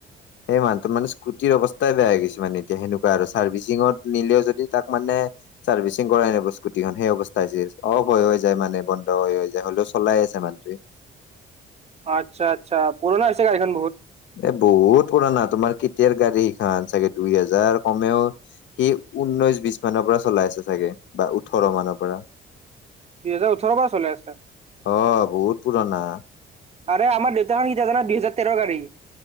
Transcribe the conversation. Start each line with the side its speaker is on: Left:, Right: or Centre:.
Left: সেই মানহতোৰ মানে স্কুটিৰ অৱস্থাই বেয়া হৈ গৈছে মানে এতিয়া সেনেকুৱা আৰু চাৰ্ভিচিঙত নিলেও যদি তাক মানে চাৰ্ভিচিং কৰাই নাই হ'ব স্কুটিখন সেই অৱস্থা হৈছে, অফ হৈ হৈ যায় মানে বন্ধ হৈ হৈ যায় হলেও চলাই আছে মানুহটোৱে।
Right: আচ্ছা, আচ্ছা, পুৰণা হৈছে গাড়ী খন বহুত।
Left: এ বহুত পুৰণা তোমাৰ কেতিয়াৰ গাড়ী সিখন চাগে দুই হাজাৰ কমেও সি ঊনৈশ বিশ মানৰ পৰা চলাই আছে চাগে বা ওঠৰ মানৰ পৰা।
Right: দুই হেজাৰ ওঠৰ পৰা চলাই আছে?
Left: অ', বহুত পুৰণা।
Right: আৰে আমাৰ দেউতাখন কেতিয়া জানা? দুইেজাৰ তেৰ গাড়ী।